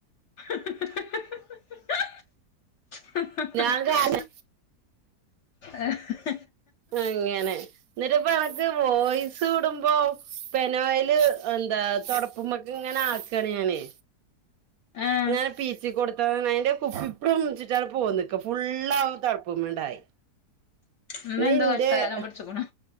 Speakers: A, on the left (about 55°); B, on the right (about 70°).
A: ഹ് ഹ് ഹ് ഹ് ഹ് ഹാ
B: ഞാൻ കാല്
A: <inaudible> ആഹ്ഹ് ഹ്
B: അങ്ങനെ ന്ന്ട്ട് പ്പെടക്ക് വോയിസ് ത്ത് ടുമ്പോ പെനോയില് എന്താ തൊടപ്പ്മക്ക്ങ്ങനെ ആക്കാണ് ഞാനേ
A: ഏഹ്
B: അങ്ങനെ പീച്ചി കൊടുത്തതാണ് അയിന്റെ കുപ്പി പ്റുംച്ട്ടാണ് പോന്നിക്ക ഫുള്ളാവും തൊട പ്പ് മിണ്ടായി
A: ഇന്ന്
B: നിന്റെ
A: എന്തോ കഷ്ടകാലം പിടിച്ച്ക്ക്ണു
B: ഹ്...